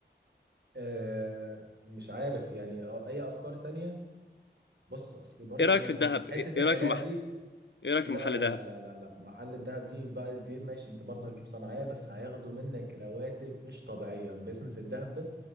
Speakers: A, on the right; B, on the left.
A: آه مش عارف يعني أو أي أفكار تانية بص أصلي برضو
B: ايه رأيك
A: أنا
B: في
A: الع-
B: الذهب ايه
A: حتة
B: إيه
A: الحلاقة
B: رأيك في مح...
A: دي
B: ايه رأيك
A: لا
B: في محل
A: لا
B: ذهب
A: لا لا لا لا محل الدهب دي بقى دي ماشي أنت برضو هتجيب صناعية بس هياخدوا منك رواتب مش طبيعية بيزنس الدهب